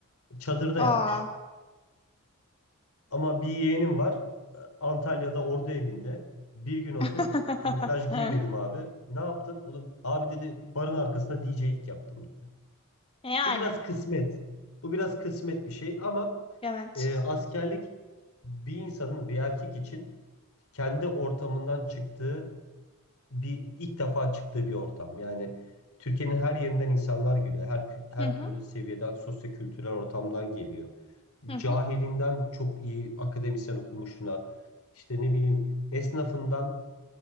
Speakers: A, on the left; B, on the left.
A: Çadırda
B: Aa.
A: yapmış. Ama bir yeğenim var. e, Antalya'da ordu evinde. Bir gün olsun
B: <laughs>
A: kamuflaj giymedim abi. Ne yaptın? Oğlum, abi dedi barın arkasında DJ'lik yaptım dedi.
B: Yani.
A: Bu biraz kısmet. Bu biraz kısmet bir şey ama
B: Evet.
A: e, askerlik bir insanın bir erkek için kendi ortamından çıktığı bir ilk defa çıktığı bir ortam. Yani Türkiye'nin her yerinden insanlar geliyor. Her kü- her
B: Hı hı.
A: türlü seviyeden sosyo-kültürel ortamdan geliyor
B: Hı
A: cahilinden
B: hı.
A: çok iyi akademisyen okumuşuna, işte ne bileyim esnafından